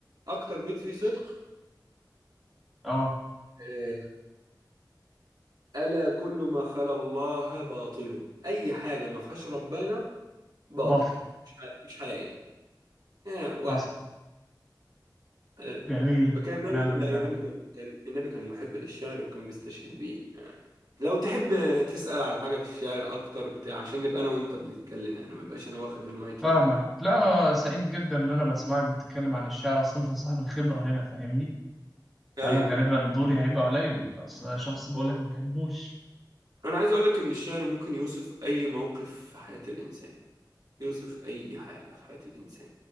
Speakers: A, on the right; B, in the centre.
A: أكتر بيت فيه صدق
B: اه
A: آه، ألا كل ما خلا الله باطله أي حاجة ما فيهاش ربنا باطل
B: بطل
A: مش ح- مش حقيقي آه، وهم
B: حصل
A: آه،
B: جميل
A: فكان النبي
B: ونعم
A: لا
B: بالله
A: النبي كان كان النبي كان محب للشعر وكان بيستشهد بيه لو تحب تسأل عن حاجة في الشعر أكتر وبتاع عشان نبقى أنا وأنت بنتكلم يعني ما بقاش أنا واخد المايك
B: فاهمك
A: لوحدي
B: لا انا سعيد جدا ان انا بسمعك بتتكلم عن الشعر اصلا انت صاحب الخبره هنا فاهمني
A: أيوة
B: فانا غالبا دوري هيبقى قليل اصل أنا شخص بقول لك ما بحبوش
A: أنا عايز أقولك إن الشعر ممكن يوصف أي موقف في حياة الإنسان يوصف أي حاجة في حياة الإنسان